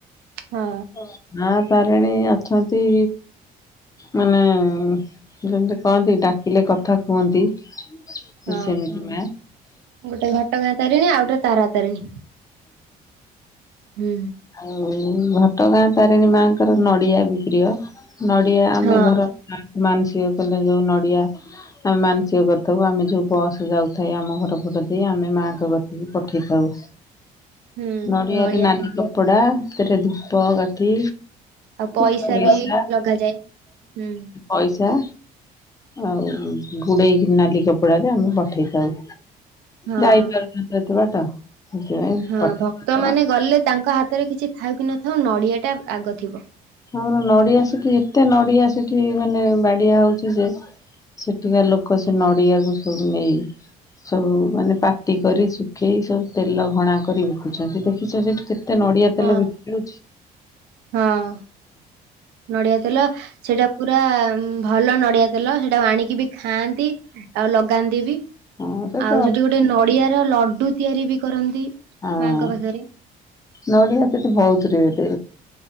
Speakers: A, on the right (about 90°); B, on the left (about 20°).
A: ହଁ।
B: ହଁ ମା ତାରିଣୀ ଅଛନ୍ତି। ମାନେ ଯେମିତି କହନ୍ତି ଡାକିଲେ କଥା କୁହନ୍ତି। ସିଏ
A: ହଁ
B: ସେମିତି ମା।
A: ଗୋଟେ ଘଟଗାଁ ତାରିଣୀ ଆଉ ଗୋଟେ ତାରା ତାରିଣୀ। ହୁଁ।
B: ଆଉ ଘଟଗାଁ ତାରିଣୀ ମାଙ୍କର ନଡିଆ ବି ପ୍ରିୟ ନଡିଆ ଆମେ
A: ହଁ
B: ଧର ମାନସିକ କଲେ ଯୋଉ ନଡିଆ ଆମେ ମାନସିକ କରିଥାଉ ଆମେ ଯୋଉ ବସ ଯାଉଥାଏ ଆମ ଘର ପଟ ଦେଇ ଆମେ ମାଙ୍କ କତିକି ପଠେଇଥାଉ।
A: ହୁଁ
B: ନଡ଼ିଆରେ
A: ନଡିଆ
B: ନାଲି କପଡା ସେରେ ଧୂପ କାଠି
A: ଆଉ
B: କିଛି ପଇସା
A: ବି ଲଗାଯାଏ ହୁଁ।
B: ପଇସା। ଆଉ ଗୁଡେଇକି ନାଲି କପଡାରେ ଆମେ ପଠେଇଥାଉ।
A: ହଁ
B: ଯାଇପାରୁନ ଏତେ ଏତେ ବାଟ ସେଥିପାଇଁ?
A: ହଁ
B: ପଠେଇ
A: ଭକ୍ତ ମାନେ ଗଲେ ତାଙ୍କ ହାତରେ କିଛି ଥାଉ କି ନଥାଉ ନଡିଆ ଟା ଆଗ ଥିବ।
B: ଆମର ନଡିଆ ସେଠି ଏତେ ନଡିଆ ସେଠି ମାନେ ବାଡିଆ ହଉଛି ଯେ ସେଠିକା ଲୋକ ସେ ନଡିଆକୁ ସବୁ ନେଇ ସବୁ ମାନେ ପାତି କରି ଶୁଖେଇ ସବୁ ତେଲ ଘଣା କରି ବିକୁଛନ୍ତି ଦେଖିଛ ସେଠି କେତେ
A: ହଁ
B: ତେଲ ବିକି ହଉଛି।
A: ହଁ ନଡିଆ ତେଲ ସେଇଟା ପୁରା ଭଲ ନଡିଆ ତେଲ ସେଟା ଆଣିକି ବି ଖାଆନ୍ତି ଆଉ ଲଗାନ୍ତି ବି
B: ହଁ ସେଟା
A: ଆଉ ସେଠି ଗୋଟେ ନଡ଼ିଆର ଲଡୁ ତିଆରି ବି କରନ୍ତି।
B: ହଁ
A: ମାଙ୍କ ପାଖରେ
B: ନଡିଆ ସେଠି ବହୁତ ରେଟ୍।